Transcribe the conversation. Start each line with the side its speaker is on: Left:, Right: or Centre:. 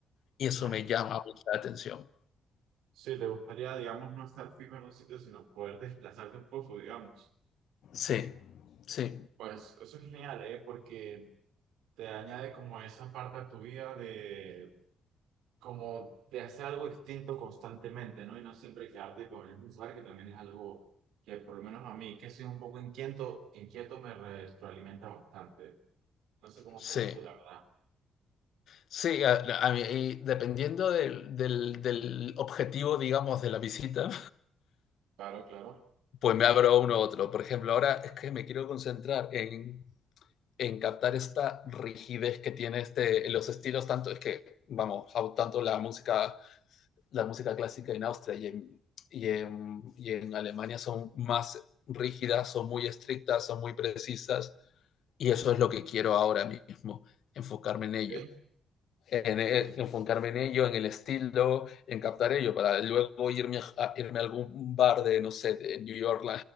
Left: Y
Right: Ujú.
Left: eso me llama mucho la atención.
Right: Sí, te gustaría, digamos, no estar fijo en un sitio, sino poder desplazarte un poco, digamos.
Left: Sí, sí,
Right: Pues eso es genial, ¿eh? Porque te añade como esa parte a tu vida de como de hacer algo distinto constantemente, ¿no? Y no siempre quedarte con el mismo lugar, que también es algo que por lo menos a mí, que soy un poco inquieto, inquieto me retroalimenta bastante. No sé cómo
Left: sí.
Right: seas tú, la verdad.
Left: Sí, a, a mí, y dependiendo del, del, del objetivo, digamos, de la visita,
Right: Claro, claro.
Left: pues me abro uno u otro. Por ejemplo, ahora es que me quiero concentrar en, en captar esta rigidez que tiene este, los estilos, tanto es que, vamos, tanto la música, la música clásica en Austria y en, y en, y en Alemania son más rígidas, son muy estrictas, son muy precisas, y eso es lo que quiero ahora mismo, enfocarme en
Right: Ok.
Left: ello en,
Right: <laughs>
Left: enfocarme en ello, en el estilo, en captar ello, para luego irme a, irme a algún bar de, no sé, de New York,